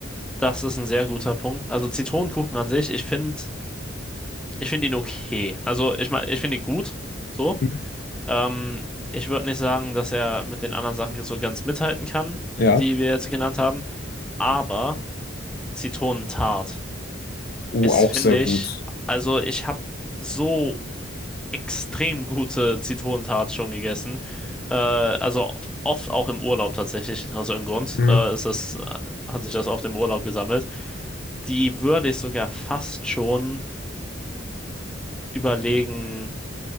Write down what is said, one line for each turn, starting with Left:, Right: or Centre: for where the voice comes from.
Centre: Das ist ein sehr guter Punkt. Also Zitronenkuchen an sich, ich finde, ich finde ihn okay. Also ich meine, ich finde ihn gut, so.
Left: Mhm.
Centre: Ähm, ich würde nicht sagen, dass er mit den anderen Sachen so ganz mithalten kann,
Left: Ja,
Centre: die wir jetzt genannt haben. Aber Zitronentart
Left: uh,
Centre: ist,
Left: auch
Centre: finde
Left: sehr gut.
Centre: ich, also ich habe so extrem gute Zitronentat schon gegessen. Äh, also oft auch im Urlaub tatsächlich, aus irgendeinem Grund.
Left: Mhm.
Centre: Äh, ist das, hat sich das oft im Urlaub gesammelt. Die würde ich sogar fast schon überlegen,